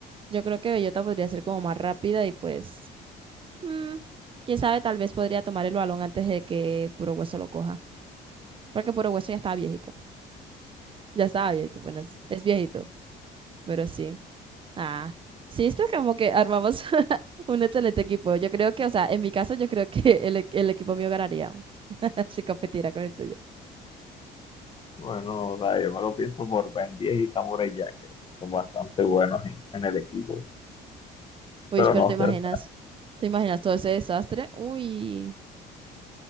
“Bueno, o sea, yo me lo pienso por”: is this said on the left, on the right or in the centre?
Left